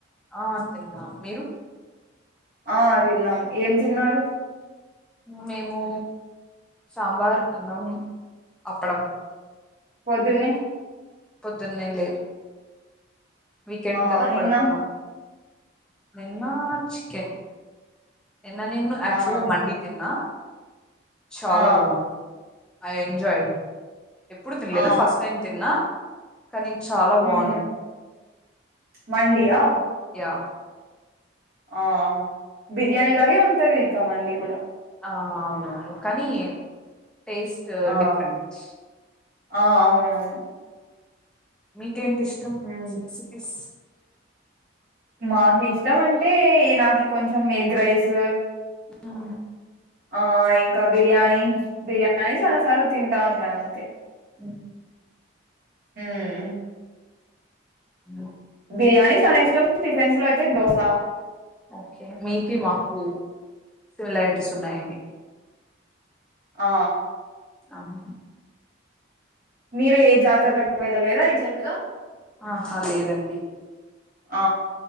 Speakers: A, in the centre; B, on the right.
A: ఆ తిన్నాం, మీరు
B: ఆ తిన్నాం ఏం తిన్నారు
A: మేము సాంబార్ అన్నం అప్పడం
B: పొద్దున్నే
A: పొద్దున్నే లేదు వీకెండ్
B: ఆ
A: కదా
B: నిన్న
A: పడుకున్నం నిన్నా చికెన్ నిన్న నేను ఆక్చువల్గా
B: ఆ
A: మండీ తిన్నా చాలా
B: ఆ
A: బాంది ఐ ఎంజాయిడ్ ఎప్పుడు తినలేదు
B: ఆ
A: ఫస్ట్ టైం తిన్నా కానీ చాలా బావున్ని
B: మ్మ్ మండియా
A: క
B: ఆ బిర్యానీ లాగే ఉంటది ఇక మండి కూడా
A: ఆ అవునవును కానీ టేస్ట్
B: ఆ
A: డిఫరెంట్
B: ఆ అవునువును
A: మీ ఇంకేంటి ఇష్టం
B: మ్మ్
A: రెసిపీస్
B: మాకు ఇష్టం అంటే నాకు కొంచెం ఎగ్ రైస్
A: హ్మ్
B: ఆ ఇంకా బిర్యానీ బిర్యానీ చాలా సార్లు తింటాను తనంతె
A: అ
B: హ్మ్
A: ఉ
B: బిర్యానీ చాలా ఇష్టం టిఫిన్స్ లో అయితే దోస
A: ఓకే మీకు మాకు సిమిలారిటీస్ న్నాయండి
B: ఆ
A: అవును
B: మీరు ఏ జాతరలకు వెల్లలేదా రీసెంట్ గా
A: ఆహా లేదండి
B: ఆ